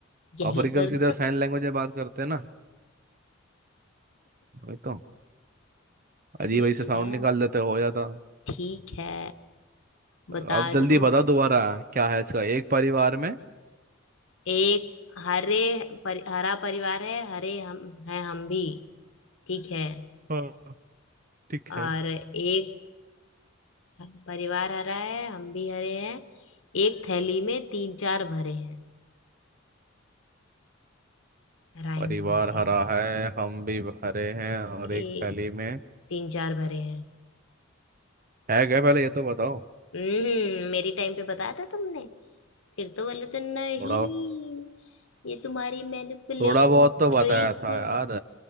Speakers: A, on the left (about 70°); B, on the right (about 40°).
A: यही
B: अफ्रीकन
A: कर
B: की तरह साइन लैंग्वेज में बात करते हैं ना वही तो
A: <laughs> ठीक
B: अजीब अजीब से साउंड
A: है
B: निकाल देते हो जाता
A: ठीक है बता
B: अब जल्दी
A: दो
B: बता दोबारा क्या है इसका एक परिवार में
A: एक हरे परि, हरा परिवार है हरे हम हैं हम भी ठीक है
B: हाँ ठीक है
A: और एक हाँ, परिवार हरा है हम भी हरे हैं एक थैली में तीन चार भरे हैं राइम
B: परिवार
A: बननी चाहिए
B: हरा है हम भी हरे हैं और
A: ए,
B: एक थैली में
A: तीन चार भरे हैं
B: है क्या पहले ये तो बताओ
A: हम्म मेरी टाइम पे बताया था तुमने फिर तो बोले तो नहीं
B: थोड़ा
A: ये तुम्हारी मैनिपुलेशन
B: थोड़ा बहुत तो बताया
A: ट्रिक
B: था
A: है
B: यार